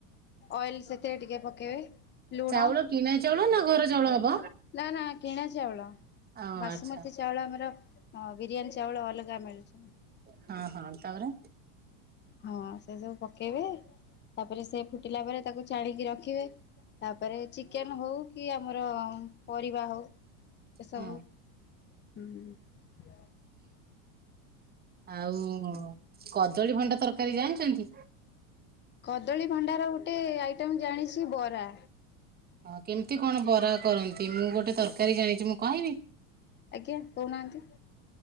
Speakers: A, on the left (about 25°); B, on the right (about 25°).
A: ଅଏଲ୍ ସେଥିରେ ଟିକେ ପକେଇବେ ଲୁଣ
B: ଚାଉଳ କିଣା ଚାଉଳ ନା ଘର ଚାଉଳ ହବ
A: ନା ନା କିଣା ଚାଉଳ।
B: ଓ
A: ବାସୁମତୀ
B: ଆଚ୍ଛା
A: ଚାଉଳ ଆମର ବିରିୟାନୀ ଚାଉଳ ଅଲଗା ମିଳୁଚି।
B: ହଁ ହଁ ତାପରେ
A: ହଁ ସେ ସବୁ ପକେଇବେ ତାପରେ ସେ ଫୁଟିଲା ପରେ ତାକୁ ଚାଣିକି ରଖିବେ ତାପରେ ଚିକେନ ହଉ କି ଆ ଆମର ପରିବା ହଉ ଏସବୁ
B: ହଁ
A: ହୁଁ
B: ଆଉ-ଉ-ଉ-ଉ କଦଳୀ ଭଣ୍ଡା ତରକାରୀ ଜାଣିଛନ୍ତି?
A: କଦଳୀ ଭଣ୍ଡାର ଗୋଟେ ଆଇଟମ ଜାଣିଛି ବରା।
B: ହଁ କେମିତି କଣ ବରା କରନ୍ତି ମୁଁ। ଗୋଟେ ତରକାରୀ ଜାଣିଛି ମୁଁ କହିବି?
A: ଆଜ୍ଞା କହୁନାହାନ୍ତି।